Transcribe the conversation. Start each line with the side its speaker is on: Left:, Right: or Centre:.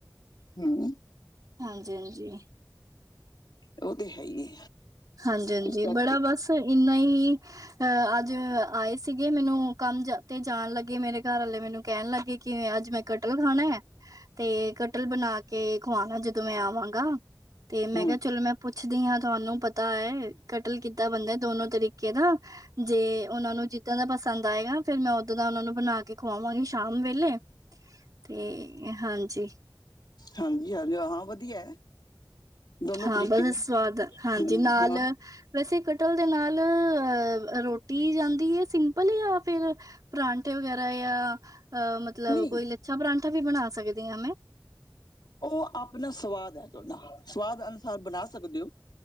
Left: ਹਮ
Right: ਹਾਂਜੀ, ਹਾਂਜੀ।
Left: ਉਹ ਤੇ ਹੈ ਹੀ
Right: ਹਾਂਜੀ, ਹਾਂਜੀ।
Left: ਇਸ ਕਰਕੇ
Right: ਬੜਾ ਬਸ ਇੰਨਾ ਹੀ ਅ ਅੱਜ ਆਏ ਸੀਗੇ। ਮੈਨੂੰ ਕੰਮ ਤੇ ਜਾਣ ਲੱਗੇ, ਮੇਰੇ ਘਰ ਵਾਲੇ ਮੈਨੂੰ ਕਹਿਣ ਲੱਗਗੇਏ ਕਿ ਅੱਜ ਮੈਂ ਕਟਲ ਖਾਣਾ ਤੇ ਕਟਲ ਬਣਾ ਕੇ ਖਵਾਣਾ ਜਦੋਂ ਮੈਂ ਆਵਾਂਗਾ। ਤੇ
Left: ਹਮ
Right: ਮੈਂ ਕਿਹਾ-ਚਲੋ, ਮੈਂ ਪੁੱਛਦੀ ਹਾਂ। ਤੁਹਾਨੂੰ ਪਤਾ ਕੀਤਾ ਹੈ। ਕਤਲ ਕੀਤਾ ਬੰਦਾ ਦੋਨੋ ਤਰੀਕੇ ਦਾ ਜੇ ਉਹਨਾਂ ਨੂੰ ਇੱਦਾਂ ਦਾ ਪਸਦ ਆਏਗਾ, ਫਿਰ ਮੈਂ ਉੱਦਾਂ ਦਾ ਉਹਨਾਂ ਨੂੰ ਬਣਾ ਕੇ ਖਵਾਵਾਂਗੀ ਸ਼ਾਮ ਵੇਲੇ ਅਤੇ ਹਾਂਜੀ।
Left: ਹਾਂਜੀ, ਹਾਂਜੀਾਂ ਵਧੀਆ ਦੋਨੋ
Right: ਹਾਂ,
Left: ਤਰੀਕੇ
Right: ਬਸ
Left: ਨੇ
Right: ਸਵਾਦ ਹੈ। ਹਾਂਜੀ
Left: ਹਮ
Right: ਨਾਲ
Left: ਹਾਂ
Right: ਵੈਸੇ-ਕਟਲ ਦੇ ਨਾਲ ਰੋਟੀ ਜਾਂਦੀ ਹੈ ਸਿੰਪਲ ਜਾਂ ਫਿਰ ਪਰਾਂਠੇ ਵਗੈਰਾ ਜਾਂ ਅ ਮਤਲਬ
Left: ਨਹੀਂ
Right: ਕੋਈ ਲੱਛਾ ਪਰਾਂਠਾ ਵੀ ਬਣਾ ਸਕਦੀ ਹਾਂ ਮੈਂ
Left: ਉਹ ਆਪਣਾ ਸਵਾਦ ਹੈ‌ ਤੁਹਾਡਾ, ਸਵਾਦ ਅਨੁਸਾਰ ਬਣਾ ਸਕਦੇ ਹੋ।